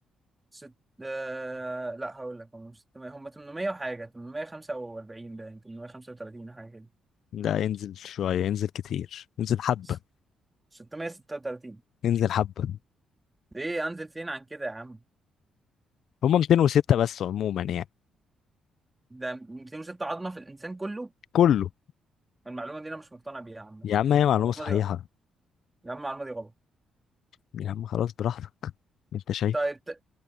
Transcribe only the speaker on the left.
لا انزل شوية انزل كتير انزل حبة
انزل حبة
هما 206 بس عموما يعني
كله
يا عم هي معلومة
صحيحة
يا عم خلاص براحتك انت شايفه